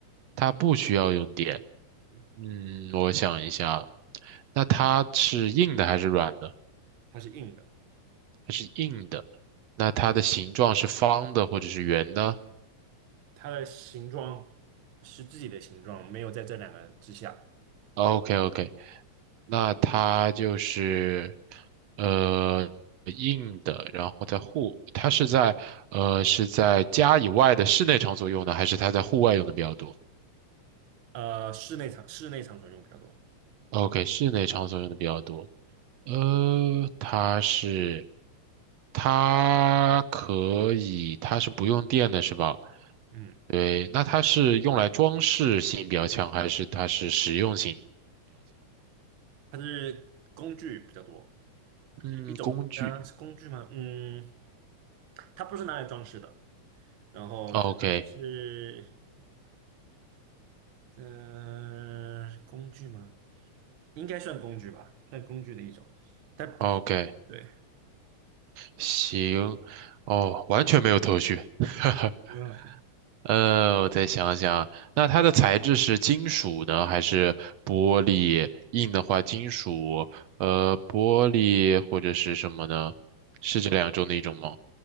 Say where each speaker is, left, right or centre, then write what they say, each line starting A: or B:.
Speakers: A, on the right (about 65°); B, on the right (about 85°).
A: 它不需要用电。
B: 嗯，
A: 嗯，我想一下，那它是硬的还是软的？
B: 它是硬的，
A: 它是硬的。那它的形状是方的或者是圆的
B: 它的形状是自己的形状，没有在这两个之下。
A: ？OK，OK，那它就是呃硬的，然后在户，它是在呃是在家以外的室内场所用的，还是它在户外用的比较多
B: 呃，室内场室内场所用比较多，
A: ？OK，室内场所用的比较多。呃，它是它可以，它是不用电的是吧？
B: 嗯，
A: 对，那它是用来装饰性比较强，还是它是实用性？
B: 它是工具比较多，
A: 嗯，
B: 一一种，
A: 工具。
B: 嗯、是工具吗？嗯，它不是拿来装饰的，然后它是，
A: o k
B: 嗯、呃，工具吗？应该算工具吧，算工具的一种，但不
A: o k
B: 对，
A: 行，哦，完全没有头绪。<laughs>
B: 嗯，
A: 呃，我再想想，那它的材质是金属呢，还是玻璃？硬的话，金属，呃，玻璃或者是什么呢？是这两种的一种吗？